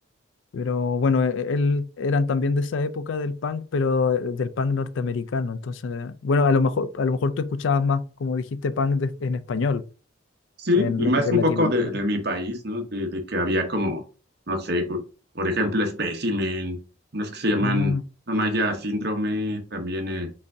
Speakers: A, on the left; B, on the right.
A: Pero bueno, e- él eran también de esa época del punk, pero eh, del punk norteamericano. Entonces, eh, bueno, a lo mejor, a lo mejor tú escuchabas más, como dijiste, punk de- en español,
B: Sí,
A: en,
B: y
A: la-
B: más
A: de
B: un
A: Latinoamérica.
B: poco de, de mi país, ¿no? De, de que había como, no sé, cu- por ejemplo, Specimen, unos que se llaman
A: Ah,
B: Amaya Síndrome, también eh,